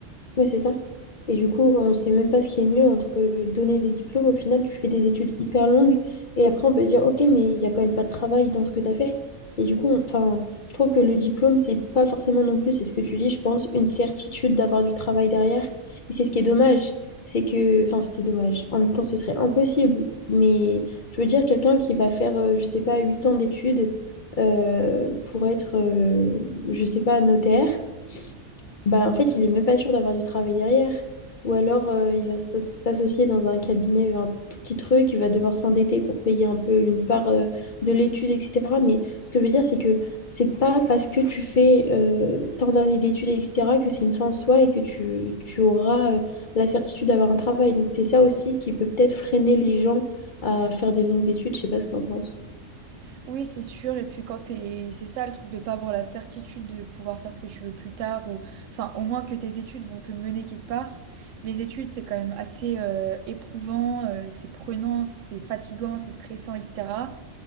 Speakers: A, on the left; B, on the right.
A: Ouais, c'est ça. Et du coup, on sait même pas ce qui est mieux entre euh, donner des diplômes. Au final, tu fais des études hyper longues et après, on peut dire, OK, mais il y a quand même pas de travail dans ce que tu as fait. Et du coup, on- enfin, je trouve que le diplôme, c'est pas forcément non plus, c'est ce que tu dis, je pense, une certitude d'avoir du travail derrière. Et c'est ce qui est dommage. C'est que, enfin, ce qui est dommage. En même temps, ce serait impossible. Mais je veux dire, quelqu'un qui va faire, euh, je sais pas, 8 ans d'études euh, pour être, euh, je sais pas, notaire. Bah, en fait, il est même pas sûr d'avoir du travail derrière. Ou alors, euh, il va s'as- s'associer dans un cabinet, vers un tout petit truc, il va devoir s'endetter pour payer un peu une part euh, de l'étude, etc. Mais ce que je veux dire, c'est que c'est pas parce que tu fais euh, tant d'années d'études, etc., que c'est une fin en soi et que tu, tu auras euh, la certitude d'avoir un travail. Donc, c'est ça aussi qui peut peut-être freiner les gens à faire des longues études. Je sais pas ce que t'en penses.
B: Oui, c'est sûr. Et puis quand t'es... C'est ça le truc de pas avoir la certitude de pouvoir faire ce que tu veux plus tard ou... Enfin, au moins que tes études vont te mener quelque part. Les études, c'est quand même assez euh, éprouvant, euh, c'est prenant, c'est fatigant, c'est stressant, etc.